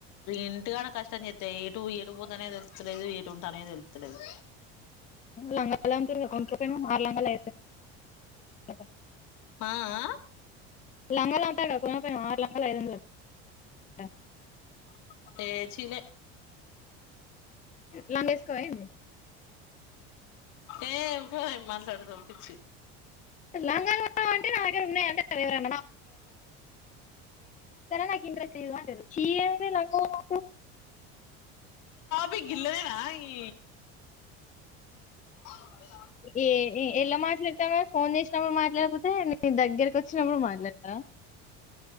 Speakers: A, on the left (about 65°); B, on the left (about 25°).
A: ఇంటికా కష్టం చెప్స్తా ఏటు ఏటు పోత అనేది తెలుతలేదు ఏటు ఉంటాయో అనేది తెలుస్తలేదు
B: లంగాల అ ఎపో మారలా కదు <unintelligible>
A: ఆ ఆ
B: లంగల్ ఉంటాకా పోన పో ఆరు లంగల అందలే <unintelligible>
A: ఏ చీనే
B: లంగేజకోంది <unintelligible>
A: ఏ ఉకోవే ఎం మాట్లాడదాం అనిపించి
B: లంగా అంటే నా దగ్గర ఉన్నాయింటేవర అదేరా నాకు ఇె అ చీ లంగా <unintelligible>
A: విగీల ల్లేనా ఈ ఓే
B: ఏ ఎలా మాట్లాడతా వే ఫోన్ చేసినప్పుడు మాట్లాడకపోతే నే దగ్గరకు వచ్చినప్పుడు మాట్లాడతా